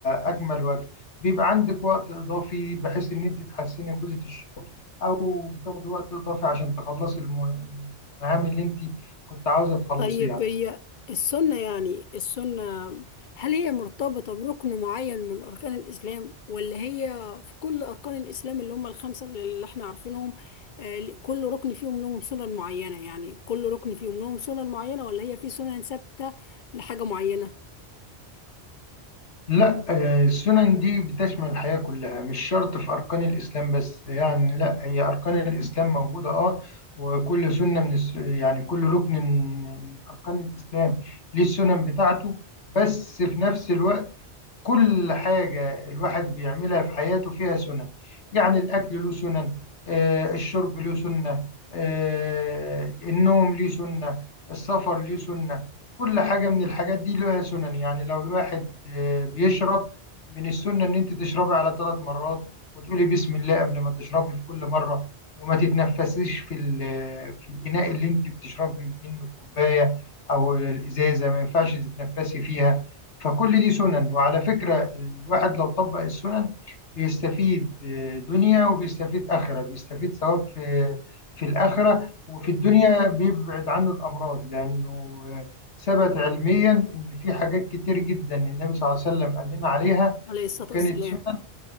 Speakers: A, on the left; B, on the left.
A: اكمل وجه بيبقى عندك وقت اضافي بحيث ان انت تحسني جوده الشغل او بتاخدي وقت اضافي عشان تخلصي الم- المهام اللي انت كنت عاوزه تخلصيها
B: طيب هي السنة يعني السنة هل هي مرتبطة بركن معين من أركان الإسلام ولا هي في كل أركان الإسلام اللي هم الخمسة اللي احنا عارفينهم آه، كل ركن فيهم لهم سنن معينة يعني كل ركن فيهم لهم سنن معينة ولا هي في سنن ثابتة لحاجة معينة
A: لا آه، السنن دي بتشمل الحياه كلها مش شرط في اركان الاسلام بس يعني لا هي اركان الاسلام موجوده اه وكل سنه من الس... يعني كل ركن من اركان الاسلام ليه السنن بتاعته بس في نفس الوقت كل حاجة الواحد بيعملها في حياته فيها سنن يعني الأكل له سنن آه، الشرب له سنة آه، النوم له سنة السفر له سنة كل حاجة من الحاجات دي لها سنن يعني لو الواحد آه، بيشرب من السنة إن أنت تشربي على ثلاث مرات وتقولي بسم الله قبل ما تشربي في كل مرة وما تتنفسيش في ال- في الإناء اللي أنت بتشربي منه الكوباية أو الإزازة ما ينفعش تتنفسي فيها فكل دي سنن وعلى فكرة الواحد لو طبق السنن بيستفيد آه، دنيا وبيستفيد آخرة بيستفيد ثواب في في الآخرة وفي الدنيا بيبعد عنه الأمراض لأنه آه، ثبت علميا إن في حاجات كتير جدا النبي صلى الله عليه وسلم قال لنا عليها
B: عليه الصلاة
A: وكانت
B: والسلام
A: سنن